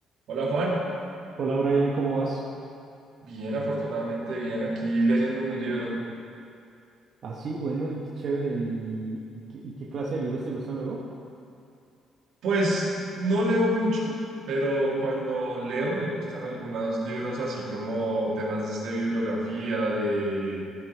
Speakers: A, on the right; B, on the right.
A: Hola Juan,
B: Hola Brian, ¿cómo vas?
A: bien, afortunadamente bien, aquí leyéndome un libro.
B: Ah, sí, bueno, y qué chévere. ¿Y, y qué, y qué clase de libros te gustan luego?
A: Pues no leo mucho, pero cuando leo me gustan algunos libros así como temas de bibliografía, de,